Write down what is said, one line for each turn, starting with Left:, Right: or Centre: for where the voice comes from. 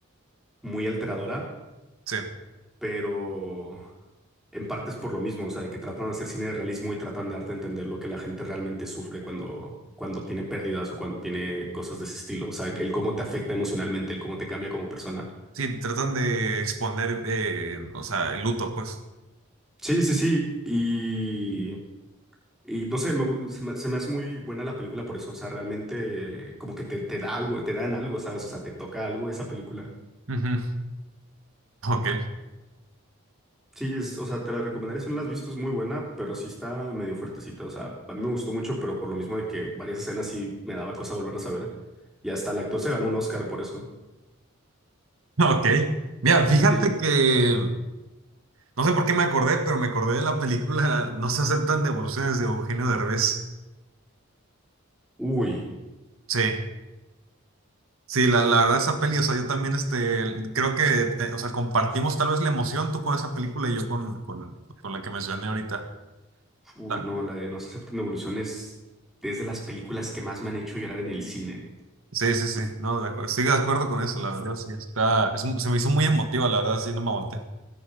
Centre: muy alteradora,
Right: Sí,
Centre: pero en parte es por lo mismo, o sea, de que tratan de hacer cine de realismo y tratan de darte a entender lo que la gente realmente sufre cuando, cuando tiene pérdidas o cuando tiene cosas de ese estilo. O sea, el cómo te afecta emocionalmente, el cómo te cambia como persona.
Right: sí, tratan de exponer, eh, o sea, el luto, pues.
Centre: Sí, sí, sí. Y no sé, me gu- se me, se me hace muy buena la película por eso. O sea, realmente eh, como que te, te da algo, te dan algo, ¿sabes? O sea, te toca algo esa película.
Right: Ujú. Ok,
Centre: Sí, es, o sea, te la recomendaría si no la has visto, es muy buena, pero sí está medio fuertecita. O sea, a mí me gustó mucho, pero por lo mismo de que varias escenas sí me daba cosa volverlas a ver. Y hasta el actor se ganó un Oscar por eso.
Right: <laughs> ok. Mira, fíjate
Centre: Sí.
Right: que, no sé por qué me acordé, pero me acordé de la película No se aceptan devoluciones de Eugenio Derbez.
Centre: Uy,
Right: Sí, sí, la, la verdad esa peli, o sea, yo también, este, creo que, te- o sea, compartimos tal vez la emoción tú con esa película y yo con, con, con la que mencioné ahorita.
Centre: uy,
Right: ¿Ah?
Centre: no, la de No se aceptan devoluciones es de las películas que más me han hecho llorar en el cine.
Right: Sí, sí, sí, no, de acuerdo, estoy de acuerdo con eso, la verdad, sí, está, es mu- se me hizo muy emotiva, la verdad, sí, no me aguanté.